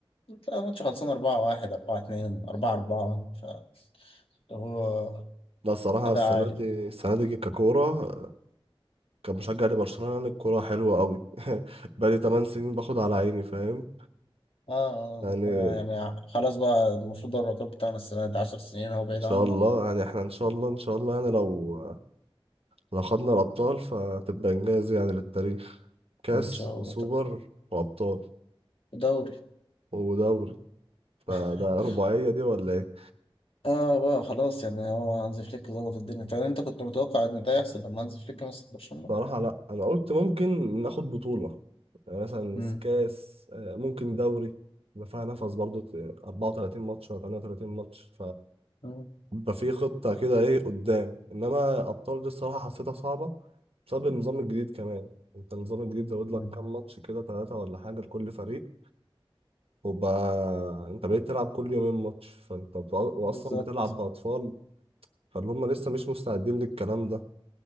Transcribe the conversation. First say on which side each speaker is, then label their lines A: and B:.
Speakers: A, on the left (about 75°); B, on the right (about 85°).
A: تلاقي ماتش خلصان 4-1 4-2 4-4 فاللي هو
B: لا الصراحة
A: أداء
B: السنة
A: عالي
B: دي السنة دي ككورة كمشجع لبرشلونة يعني الكورة حلوة قوي <laughs> بقالي 8 سنين باخد على عيني فاهم
A: اه آه،
B: يعني
A: آه، يعني خلاص بقى المفروض الرقابة بتاعنا السنة دي عشر سنين اهو بعيد
B: ان شاء
A: عنه
B: الله يعني احنا ان شاء الله ان شاء الله يعني لو لو خدنا الابطال فتبقى انجاز يعني للتاريخ كاس
A: ان شاء
B: وسوبر
A: الله طب
B: وابطال
A: دوري
B: ودوري فده
A: <laughs>
B: رباعية دي ولا ايه
A: اه بقى خلاص يعني هو هانزي فليك ظبط الدنيا طب انت كنت متوقع ان ده يحصل لما هانزي فليك مسك برشلونة؟
B: صراحة لا انا قلت ممكن ناخد بطولة يعني مثلا
A: امم
B: كاس آه، ممكن دوري يبقى فيها نفس برضه 34 ماتش ولا 38 ماتش
A: مم.
B: يبقى في خطة كده ايه قدام انما ابطال دي الصراحة حسيتها صعبة بسبب النظام الجديد كمان انت النظام الجديد زود لك
A: مم.
B: كام ماتش كده ثلاثة ولا حاجة لكل فريق وبقى انت بقيت تلعب كل يومين ماتش فانت بتع- واصلا
A: بالظبط
B: بتلعب بأطفال فاللي هم لسه مش مستعدين للكلام ده